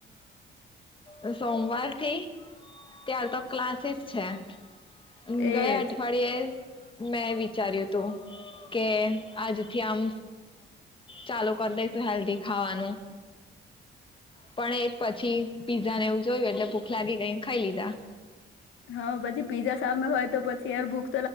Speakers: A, on the left; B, on the left.
A: અહ સોમવાર થી, ત્યાર તો ક્લાસીસ છે. અમ્મ
B: એજ
A: ગયા અઠવાડિયે મેં વિચાર્યું તુ, કે આજથી આમ ચાલુ કરી દઈશુ હેલ્ધી ખાવાનું. પણ એ જ પછી પીઝા ને એવુ જોયુ, એટલે ભૂખ લાગી ગઈને, ખાઈ લીધા.
B: હા, પછી પીઝા સામે હોય તો પછી <unintelligible>